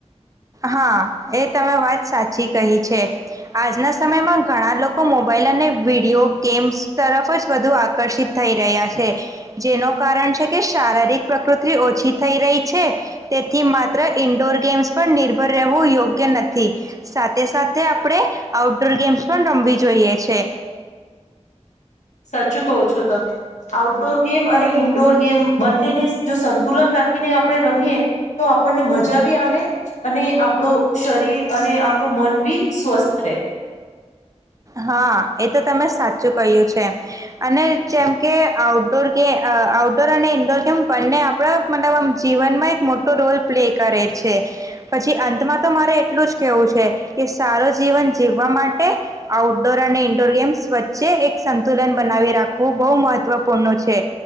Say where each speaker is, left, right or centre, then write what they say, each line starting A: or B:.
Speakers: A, on the right (about 30°); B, on the left (about 80°).
A: હા, એ તમે વાત સાચી કહી છે. આજના સમયમાં ઘણા લોકો મોબાઈલ અને વિડિઓ ગેમ્સ તરફ જ વધુ આકર્ષિત થઈ રહ્યા છે. જેનું કારણ છે કે શારીરિક પ્રકૃતિ ઓછી થઈ રહી છે તેથી માત્ર ઈન્ડોર ગેમ્સ પણ નિર્ભર રહેવું યોગ્ય નથી સાથે સાથે આપણે આઉટડોર ગેમ્સ પણ રમવી જોઈએ છે.
B: સાચું કહો છો તમે, આઉટડોર ગેમ અને ઈન્ડોર ગેમ બંનેને જો સંતુલન રાખીને આપડે રમીએ, તો આપણને મજા બી આવે અને આપડુ શરીર અને આપડુ મનબી સ્વસ્થ રેહ.
A: હા એ તો તમે સાચું કહ્યું છે, અને જેમ કે આઉટડોર ગે આઉટડોર અને ઈન્ડોર ગેમ બંને આપણા મતલબ આમ જીવનમાં એક મોટો રોલ પ્લે કરે છે, પછી અંતમાં તો મારે એટલું જ કેવું છે કે, સારું જીવન જીવવા માટે. આઉટડોર અને ઇન્ડોર ગેમ્સ વચ્ચે એક સંતુલન બનાવી રાખવું બહુ મહત્ત્વપૂર્ણ છે,